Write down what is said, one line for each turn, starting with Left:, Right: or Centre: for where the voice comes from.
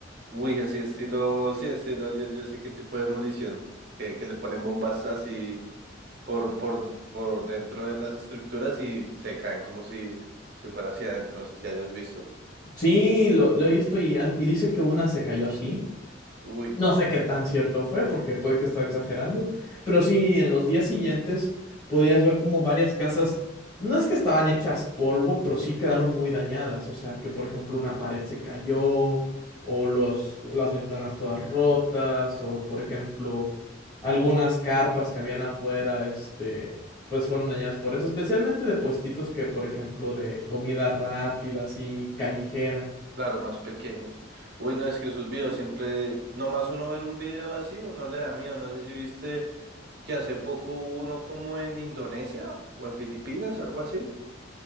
Right: uy, así estilo, sí, estilo, yo, yo sé qué tipo de demolición. Que, que le ponen bombas así por, por, por dentro de las estructuras y se caen como si, si fuera hacia adentro. No sé si hayas visto.
Left: Sí, lo, lo
Right: Mm.
Left: he visto y, ha- y dice que una se cayó así.
Right: Uy, no.
Left: No sé qué tan cierto fue, porque puede que estaba exagerando, pero sí, en los días siguientes podías ver como varias casas, no es que estaban hechas polvo, pero sí quedaron muy dañadas, o sea que por ejemplo una pared se cayó, o los, las ventanas todas rotas, o por ejemplo algunas carpas que habían afuera, este, pues fueron dañadas por eso, especialmente de puestitos que por ejemplo de comida rápida, así callejera.
Right: Claro, más pequeños. Uy, no, es que esos videos siempre, nomás uno ver un video así, uno le da miedo. No sé si viste que hace poco hubo uno como en Indonesia o en Filipinas, algo así.